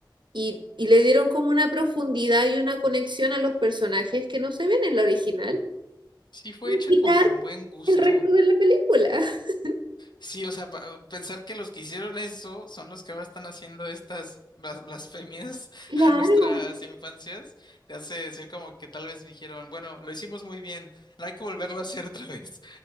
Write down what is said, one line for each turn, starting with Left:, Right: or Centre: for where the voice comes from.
Right: y, y le dieron como una profundidad y una conexión a los personajes que no se ven en la original,
Left: Sí, fue
Right: sin
Left: hecha
Right: quitar
Left: con tan buen gusto.
Right: el resto de la película. <laughs>
Left: Sí, o sea, pa- pensar que los que hicieron eso son los que ahora están haciendo estas blas- blasfemias <laughs>
Right: Claro.
Left: a nuestras infancias, te hace decir como que tal vez dijeron, bueno, lo hicimos muy bien, no hay que volverlo a hacer otra vez.